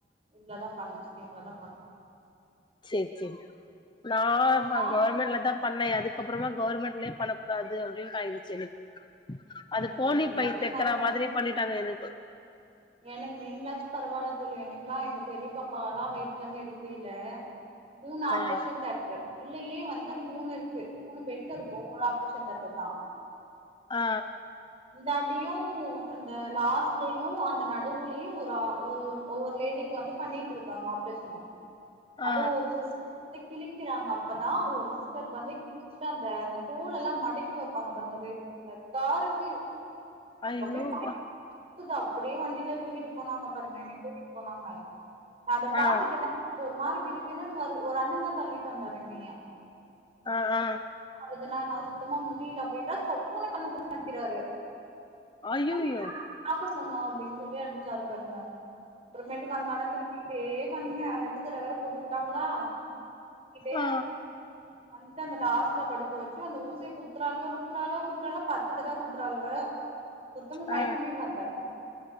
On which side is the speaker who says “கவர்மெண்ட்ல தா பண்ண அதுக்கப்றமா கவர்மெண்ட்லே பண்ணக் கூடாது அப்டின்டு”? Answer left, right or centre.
Left